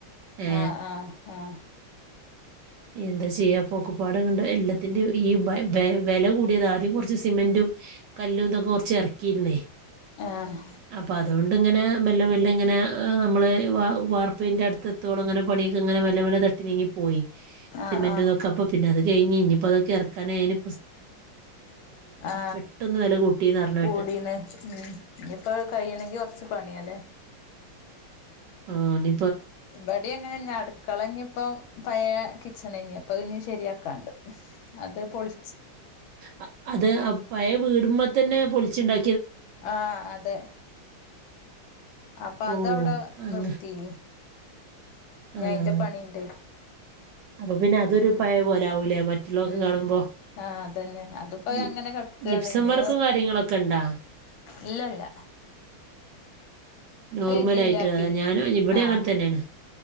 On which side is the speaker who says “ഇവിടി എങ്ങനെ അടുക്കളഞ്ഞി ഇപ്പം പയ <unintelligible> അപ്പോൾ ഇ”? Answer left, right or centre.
Left